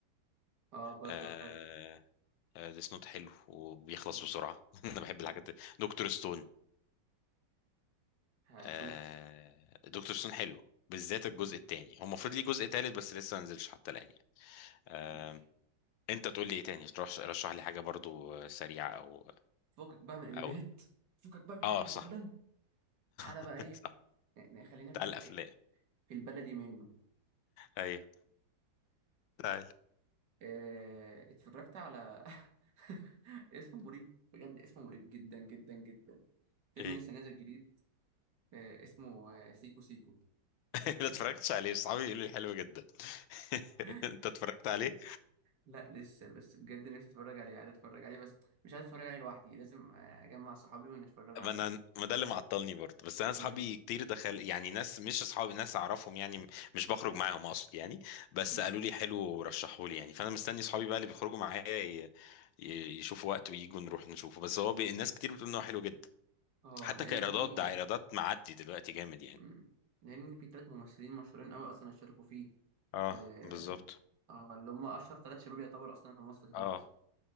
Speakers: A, on the right; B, on the left.
A: اه برضه
B: آه
A: حلو
B: آه ديس نوت حلو وبيخلص
A: مم.
B: بسرعة <laughs> انا بحب
A: مم.
B: الحاجات دي دكتور ستون
A: هشوف
B: آه دكتور ستون حلو بالذات الجزء
A: مم.
B: التاني هو المفروض ليه جزء تالت بس لسه ما نزلش حتى الآن يعني آه
A: ماشي
B: انت تقول لي ايه تاني تروح رشح لي حاجة برضو آه، سريعة او
A: فكك بقى من الانميات
B: او
A: فكك بقى من الحاجات
B: اه صح
A: دي كلها تعالى
B: <laughs>
A: بقى ايه
B: صح
A: يعني خلينا في
B: تعال
A: ال-
B: الافلام
A: في البلدي منه
B: ايوه تعال
A: آه، اتفرجت على <laughs> اسمه مريب بجد اسمه مريب جدا جدا جدا فيلم
B: ايه
A: لسه نازل جديد آه، اسمه آه، سيكو سيكو
B: <laughs> لا اتفرجتش عليه صحابي يقولوا لي حلو جدا <laughs>
A: <laughs>
B: انت اتفرجت عليه
A: لا لسه بس بجد نفسي اتفرج عليه عايز اتفرج عليه بس مش عايز اتفرج عليه لوحدي لازم آه، اجمع صحابي ونتفرجوا عليه
B: ما انا ما ده اللي معطلني برضه بس انا اصحابي
A: امم
B: كتير دخل يعني ناس مش اصحابي ناس اعرفهم يعني مش بخرج معاهم اقصد يعني بس
A: امم
B: قالوا لي حلو ورشحوا لي يعني فانا مستني اصحابي بقى اللي بيخرجوا معايا ي- ي- يشوفوا وقت وييجوا نروح نشوفه بس هو بي... الناس كتير بتقول ان هو حلو جدا
A: اه
B: حتى
A: لان
B: كايرادات
A: في
B: ده ايرادات معدي دلوقتي جامد يعني
A: امم لان في ثلاث ممثلين مشهورين قوي اصلا اشتركوا فيه
B: اه
A: اه
B: بالظبط
A: آه، اللي هم اشهر ثلاث شباب يعتبر اصلا في مصر دلوقتي
B: اه